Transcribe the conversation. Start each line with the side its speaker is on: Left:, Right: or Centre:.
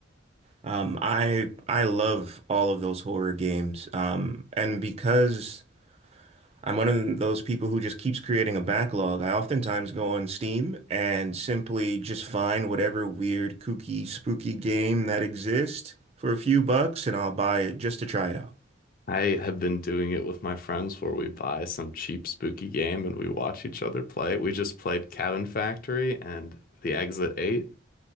Right: Um, I I love all of those horror games, um, and because. I'm one of those people who just keeps creating a backlog. I oftentimes go on Steam and simply just find whatever weird, kooky, spooky game that exists for a few bucks and I'll buy it just to try it out.
Left: I have been doing it with my friends where we buy some cheap spooky game and we watch each other play. We just played Cabin Factory and The Exit 8.